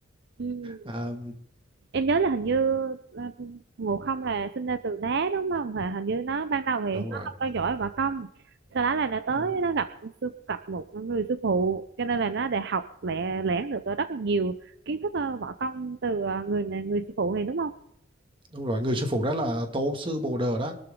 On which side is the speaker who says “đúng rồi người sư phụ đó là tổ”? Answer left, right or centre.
Right